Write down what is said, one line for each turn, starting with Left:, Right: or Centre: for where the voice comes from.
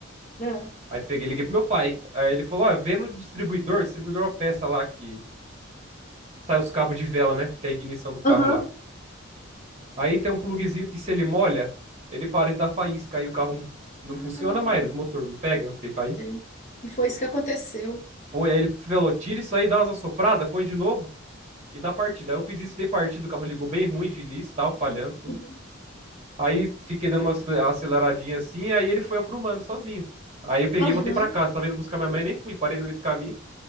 Left: ah,
Right: Aí peguei, e liguei pro meu pai. Aí ele falou: Ó, vê no distribuidor, distribuidor é uma peça lá que sai os cabos de vela, né? Que é a ignição do carro
Left: aham.
Right: lá. Aí tem um pluguezinho que se ele molha, ele para de dar faísca, aí o carro não
Left: Ah,
Right: funciona mais, o motor não pega, não tem faísca.
Left: sei. E foi isso que aconteceu.
Right: Foi, aí ele falou, tira isso aí, dá umas assopradas, põe de novo e dá partida. Aí eu fiz isso, dei partida, o carro ligou bem ruim de início, tal, falhando, tudo.
Left: Uhum.
Right: Aí fiquei dando uma acele- aceleradinha assim, aí ele foi aprumando sozinho. Aí eu peguei
Left: Aham.
Right: e voltei pra casa, tava indo buscar minha mãe, nem fui, parei no meio do caminho.